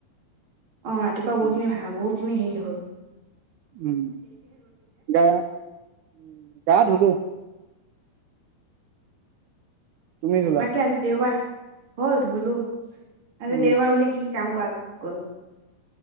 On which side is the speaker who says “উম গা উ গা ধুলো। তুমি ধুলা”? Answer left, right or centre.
Right